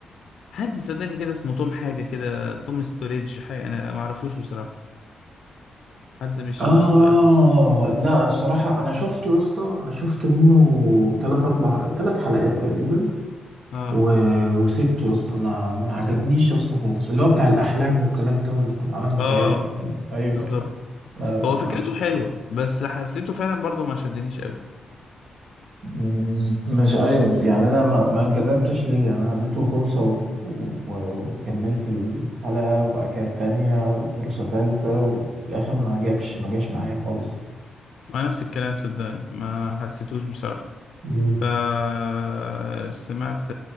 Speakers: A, on the left (about 75°); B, on the right (about 65°).
A: حد صدقني كده اسمه توم حاجة كده توم ستوريدج حاجة انا ما اعرفوش بصراحة حد مش
B: اه
A: مشهور قوي
B: لا الصراحة انا شفته يا اسطى انا شفت منه تلات اربع تلات حلقات تقريبا
A: اه
B: و... وسبته يا اسطى ما ما عجبنيش يا اسطى خالص اللي هو بتاع الاحلام والكلام ده والعالم الخيالي
A: اه
B: والكلام ده. ايوه
A: بالظبط
B: ايوه لا لا
A: هو
B: ما
A: فكرته حلوة بس حسيته فعلا برضو ما شدنيش قوي
B: مم، مش ايوه يعني انا ما, ما انجذبتش ليه يعني انا اديته فرصة و... و... وكملت الحلقة وبعد كده التانية وفرصة تالتة وفي الاخر ما جابش ما جاش معايا خالص
A: مع نفس الكلام صدقني ما حسيتوش بصراحة
B: مم.
A: فسمعت